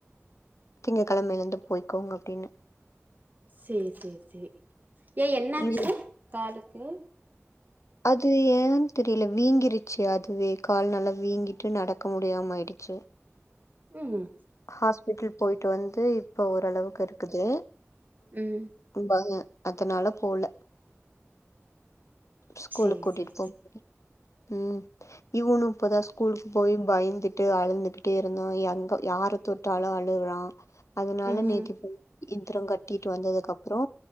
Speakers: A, on the left; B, on the right.
A: திங்க கெழமைலந்து போயக்கோங்க அப்டின்னு
B: சேர் சேர் சேரி ஏ என்னாச்சு
A: இவ்
B: காலுக்கு
A: அது ஏன்னு தெரியல வீங்கிருச்சு அதுவே கால் நல்லா வீங்கிட்டு நடக்க முடியாம ஆயிடுச்சு
B: ம்
A: ஹாஸ்பிட்டல் போயிட்டு வந்து இப்ப ஓரளவுக்கு இருக்குது
B: ம்
A: பயோ அதுனால போல ஸ்கூலுக்கு
B: சேரி
A: கூட்டிட்டு
B: சேரி
A: போம்
B: சேரி
A: ம் இவனு இப்பதா ஸ்கூலுக்கு போய் பயந்துட்டு அழுந்துகிட்டே இருந்தா எங்க யாரு தொட்டாலு அழுறா அதுனால
B: ம்
A: நேத்தி இந்தந்திரம் கட்டிட்டு வந்ததுக்கு அப்றோ